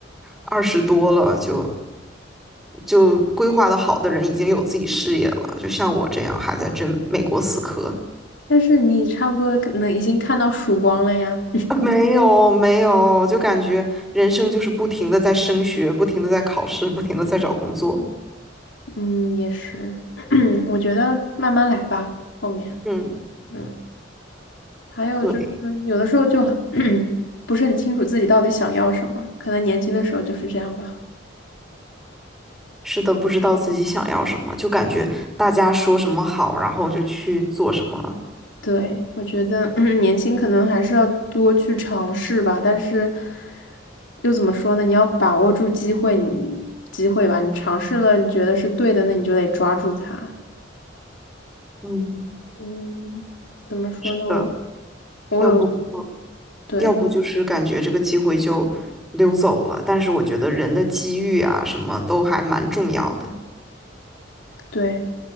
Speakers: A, in the centre; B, on the left.
A: 二十多了，就就规划的好的人已经有自己事业了，就像我这样还在这美国死磕。<laughs>
B: 但是你差不多可能已经看到曙光了呀。
A: 啊没有没有，就感觉人生就是不停的在升学，不停的在考试，不停的在找工作。
B: 嗯，也是，<clears throat> 我觉得慢慢来吧，后面，
A: 嗯，
B: 嗯，还有就是有的时候就很
A: 对。
B: <coughs> <clears throat> 不是很清楚自己到底想要什么，可能年轻的时候就是这样吧。
A: 是的，不知道自己想要什么，就感觉大家说什么好，然后就去做什么了。
B: 对，我觉得 <coughs> <clears throat> 年轻可能还是要多去尝试吧，但是又怎么说呢？你要把握住机会，你机会吧，你尝试了，你觉得是对的，那你就得抓住它。
A: 嗯，
B: 嗯，怎么说呢？
A: 是的，
B: 我我有。
A: 要不就
B: 对。
A: 要不就是感觉这个机会就溜走了。但是我觉得人的机遇啊，什么都还蛮重要的。
B: 对。